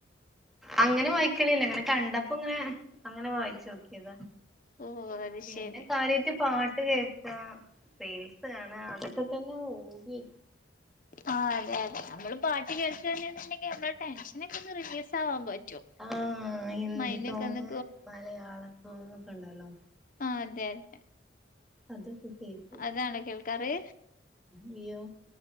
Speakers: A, in the centre; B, on the left (about 45°).
A: അങ്ങനെ വായിക്കലില്ല. ഇങ്ങനെ കണ്ടപ്പോ ഇങ്ങനെ അങ്ങനെ വായിച്ചു നോക്കിയതാ.
B: ഓ അത്
A: പിന്നെ
B: ശെരി
A: കാരൃയിട്ട് പാട്ട് കേക്കും. റീൽസ് കാണാ അതൊക്കെ തന്നെ ഹോബി
B: ആ അതെ അതെ നമ്മള് പാട്ട് കേൾകണ്ണ്ടെങ്കിൽ നമ്മളടെ ടെൻഷൻ ഒക്കെ ഒന്ന് റിലീസ് ആവാൻ പറ്റും.
A: ആഹ് ഹിന്ദി
B: മൈൻഡ്
A: സോങ്,
B: ഒക്കെ ഒന്ന്
A: മലയാള സോങ്, ഒക്കെ ഉണ്ടല്ലോ.
B: ആഹ് അതെ അതെ
A: അതൊക്കെ കേള്ക്കുംമ്മ്
B: അതാണോ കേൾക്കാറ്
A: നിയ്യോ?